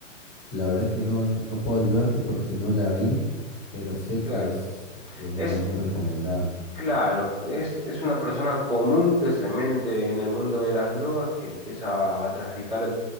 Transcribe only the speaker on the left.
La verdad que no, no puedo ayudarte porque no la vi, pero sé
que es, que es una
muy recomendada.